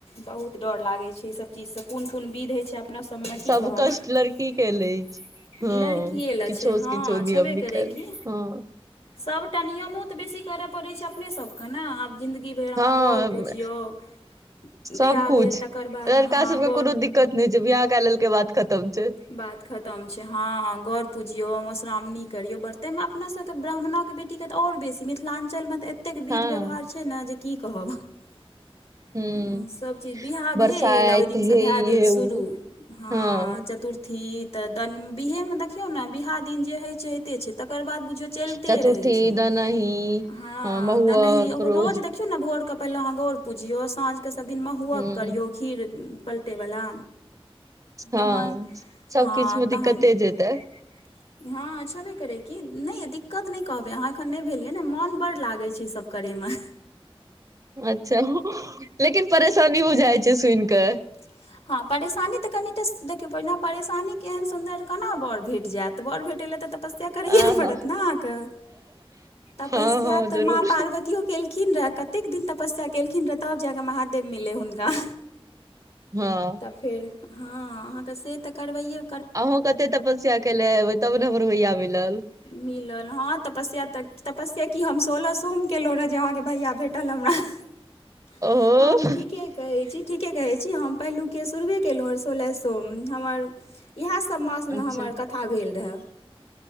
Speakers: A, on the left (about 75°); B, on the right (about 35°).
A: बहुत डर लागै छै इ सभ चीजसँ कोन कोन विध होइ छैं। अपना सबमे में की
B: सब
A: कहब।
B: कष्ट
A: <unintelligible>
B: लड़की के अछि हँ
A: लड़किये लए
B: किछो
A: छैं
B: से
A: हाॅं
B: किछो नियम
A: छेबे
B: निकालि
A: करै की।
B: हँ
A: सभटा नियमो तऽ बेसी करय पड़ैत छैं अपनेसभकें ने आब ज़िन्दगी। इ भेल अहाॅं
B: हँ
A: गौर पुजीयौं
B: सब
A: बियाह
B: कुछ
A: भेल तकर बाद
B: लड़का
A: हाॅं।
B: सबके कोनो दिक्कत नहि छै बियाह काय लेलकैय के बात खत्म छैं।
A: बात खत्म छैं हाॅं गौर पुजियो मधुश्रावणी करियो बर्ते मे अपना सबके ब्राह्मणक बेटी। तीके तऽ आओर बेसी मिथिलाञ्चलमे तऽ एतेक विध
B: हँ
A: व्यवहार छै ने जे की कहब। <unintelligible>
B: हुँ
A: हॅं सभचीज विवाह
B: बरसाइत
A: भेल ओहि दिन
B: हे
A: सऽ। भए
B: ई
A: गेल
B: हे उ
A: शुरू हाॅं
B: हँ
A: चतुर्थ। थी तऽ बिहेमे देखियौ ने बियहा दिन जे होइत छै होइते छै तकर बाद बुझयों। चलते
B: चतुर्थी
A: रहैय छैय
B: दनही
A: हाॅं
B: हँ महुआ
A: दनहहियो
B: क्रोज
A: रोज देख छी। देखियौ ने भोरके पहिने अहाँ गौर पुजियौ साँझके सबदिन महुहक
B: ह
A: करियौ खीर। <unintelligible> पलटैवाला।
B: हँ
A: तहन
B: सब
A: हाॅं
B: किछ मे
A: तहन।
B: दिक्कते जेतै
A: <unintelligible> हाॅं छेबे करै कि नहि दिक्कत नहि कहबै अहाँ एखन नहि भेल यै ने मोन बड लागै छैं इ सभ करयमें। <inaudible>
B: अच्छा लेकिन परेशानी बुझाइ छै सुनि कऽ।
A: <unintelligible> हाॅं परेशानी तऽ कनिटा देखियौ प परेशानी केहन सुन्दर केना बड़ भेट जायत बड़ भेटै लए तऽ। तपस्या करैये
B: आहा
A: परत नें अहाॅं के तपस्या
B: हँ हँ
A: तऽ
B: जरूर
A: माॅं पार्वतीयों। केलखिन रहऽ कतेक दिन तपस्या केलखिन रहऽ तब जाकऽ महादेव मिले हुनका।
B: हाॅं।
A: तऽ फेर हाॅं अहाँके से तऽ करबैये।
B: अहू कते तपस्या केने हेबैय तब ने हमर भैया मिलल।
A: मिलल हाॅं तपस्या तऽ तपस्या की हम सोलह सोम केलहुँ रहय जे अहाँके भैया भेटल हमरा। <inaudible>
B: ओहो
A: हम ठीके कहैय छी ठीके कहैय छी हम पहिलुके शुरूए केलहुँ सोलस। सोम हमर यहा सब मास में
B: अच्छा
A: हमर कथा भेल रहा।